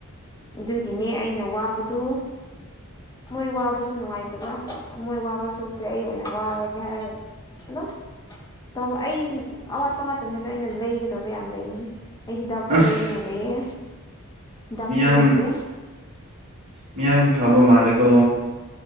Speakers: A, on the left; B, on the right.
A: ꯑꯗꯨꯒꯤꯅꯦ ꯑꯩꯅ ꯋꯥꯕꯗꯨ ꯃꯣꯏ ꯋꯥꯕꯁꯨ ꯅꯨꯡꯉꯥꯏꯇꯕ ꯃꯣꯏ ꯋꯥꯕ ꯁꯔꯨꯛꯇꯤ ꯑꯩ ꯑꯣꯏꯅ ꯋꯥꯔꯒꯦ ꯍꯥꯏꯔꯒ ꯑꯗꯨꯝ ꯇꯧ ꯑꯩ ꯑꯋꯥꯠꯄ ꯉꯛꯇꯅꯤꯗ ꯑꯩꯅ ꯂꯩꯒꯗꯕ ꯌꯥꯝ ꯂꯩꯕꯅꯦ ꯑꯩ ꯍꯤꯗꯥꯛꯁꯨ
B: ꯑꯁ
A: ꯂꯩꯅꯦ ꯂꯩꯌꯦ ꯍꯤꯗꯥꯛꯁꯨ
B: ꯃꯤꯌꯥꯝ
A: ꯂꯩꯒꯦ
B: ꯃꯤꯌꯥꯝ ꯐꯕ ꯃꯥꯂꯀꯣ